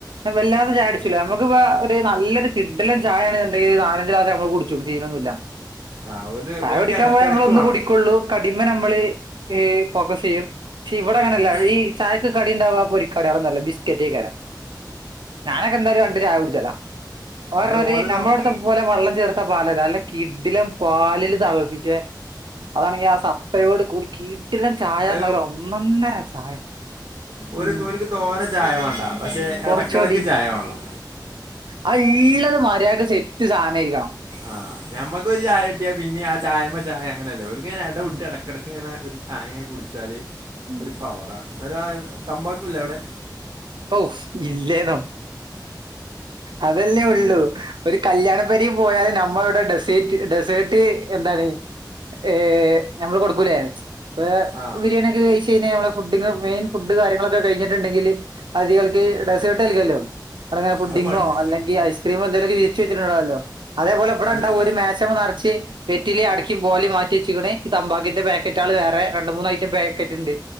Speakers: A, on the right (about 85°); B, on the right (about 65°).
A: വല്ലാതെ ചായൊടിച്ചൂല നമുക്ക്പ്പ ഒരു നല്ലൊരു കിടിലൻ ചായയാണെന്നുണ്ടെങ്കില് നാലഞ്ച് ക്ലാസ് നമ്മള് കുടിച്ചും സീനൊന്നൂല്ല
B: ആ ഒരു
A: ചായ
B: ഓർക്ക്
A: കുടിക്കാൻ
B: ഇടക്കിടക്ക്
A: പോയ നമ്മളൊന്ന്
B: വേണം
A: കുടിക്കൊള്ളൂ കടിമ്മെ ഞമ്മള് ഏഹ് ഫോക്കസെയ്യും പക്ഷെ ഇവിടെ അങ്ങനെല്ല
B: ഉം.
A: ഈ ചായക്ക് കടി ഇണ്ടവാ പൊരിക്കട്യാളോന്നല്ല ബിസ്ക്കറ്റേക്കാരം ഞാനൊക്കെ എന്തായാലും രണ്ട് ചായ കുട്ച്ചലാ ഓ
B: അതായത്
A: അർഞ്ഞാതിരി
B: ഓല
A: നമ്മളോട്ത്ത
B: സം-
A: പോലെ വള്ളം ചേർത്ത പാലല്ല നല്ല കിഡിലം പാലില് തൾപ്പിച്ചെ അതാണെങ്കി ആ സത്തയോട് കൂടി കിടിലം ചായ
B: അത്
A: അർഞ്ഞാ ഒരൊന്നൊന്നര ചായ
B: ഓല്ക്ക്
A: ഉം
B: ഓൽക്ക് തോന ചായ വാണ്ട പക്ഷെ
A: കുറച്ചു
B: എടക്കെടക്ക്
A: മതി
B: ചായ വാണം.
A: ആ ഇള്ളത് മര്യാക്ക് സെറ്റ് സാനയ്ര്ക്കണം
B: ആ ഞമ്മക്ക് ഒര് ചായട്ടിയാ പിന്നിം ആ ചായമ്മേ ചായ അങ്ങനെല്ലേ ഓൽക്കങ്ങനെ എട വിട്ട്
A: ഉം,
B: എടക്കെട് ക്ക് ങ്ങനെ ഒര് ചായ ങ്ങനെ കുടിച്ചാല്
A: ഉം.
B: ഒരു പവറാണ് <unintelligible> തമ്പാക്കുല്ലെ ഔടെ
A: ഔ ഇല്ലേന്നോ അതല്ലേ ഒള്ളൂ ഒര് കല്ല്യാണം വരീ പോയാല് നമ്മള്ടെ ഡെസേറ്റ് ഡെസേട്ട് എന്താണ് ഏ ഞമ്മള് കൊടുക്കൂലേ പ്പെ
B: ആ
A: ബിരിയാണി ത് കഴിച് കയ്ഞാ നമ്മളെ ഫുഡ്ഡിങ് മെയ്ൻ ഫുഡ്ഡ് കാര്യങ്ങളൊക്കെ കഴ്ഞ്ഞിട്ട്ണ്ടെങ്കില് അതികൾക്ക് ഡെസേട്ട് നൽകല്ലോ ഇവടങ്ങനെ ഫുഡ്ഡിങ്ങോ
B: അത് പണ്ട്
A: അല്ലെങ്കി ഐസ് ക്രീമും എന്തേലൊക്കെ വിരിച്ച് വെച്ചിട്ടുണ്ടാവല്ലോ അതേപോല ബട
B: പണ്ട്
A: ണ്ടാവും ഒര് മേശമെ ന്നർച്ച് വെറ്റിലിം അടക്കിം പോലിം മാറ്റി എച്ചിക്ക്ണ് ഈ തമ്പാക്കിന്റെ പേക്കറ്റാള് വേറെ രണ്ട് മൂന്ന് ഐറ്റം പേക്കറ്റ് ഇണ്ട്